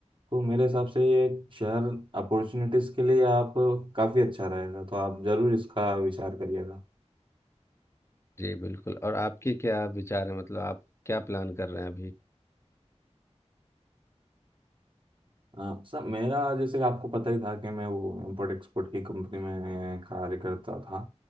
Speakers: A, on the right (about 45°); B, on the left (about 25°).
A: तो मेरे हिसाब से ये शहर अपॉर्चुनिटीज़ के लिए आप काफ़ी अच्छा रहेगा तो आप ज़रूर इसका विचार करिएगा
B: जी बिल्कुल और आपके क्या विचार है मतलब आप क्या प्लान कर रहे हैं अभी
A: हाँ सर मेरा जैसे आपको पता ही था कि मैं वो इम्पोर्ट एक्सपोर्ट की कंपनी में कार्य करता था